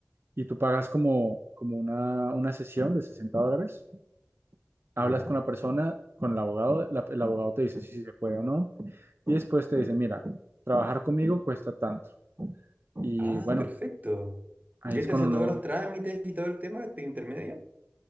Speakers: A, on the right (about 50°); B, on the right (about 35°).
A: y tú pagas como, como una, una sesión de 60 dólares. Hablas
B: Ya.
A: con la persona, con el abogado, la- el abogado te dice si, si se puede o no. Y después te dice, mira, trabajar conmigo cuesta tanto. Y
B: Ah,
A: bueno,
B: perfecto.
A: ahí
B: ¿Y
A: es
B: él te
A: cuando
B: hace
A: uno
B: todos los trámites y todo el tema de intermedia?